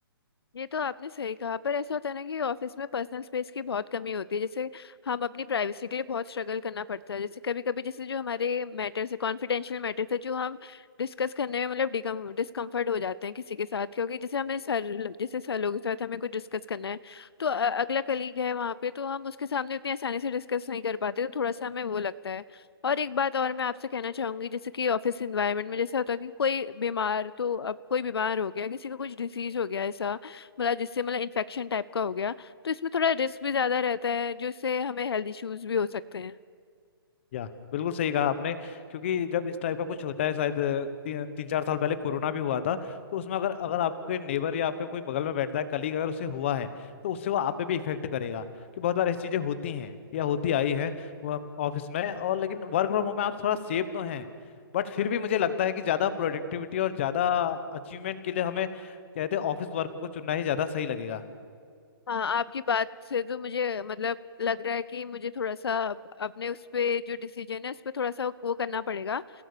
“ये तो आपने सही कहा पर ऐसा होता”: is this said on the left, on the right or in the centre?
Left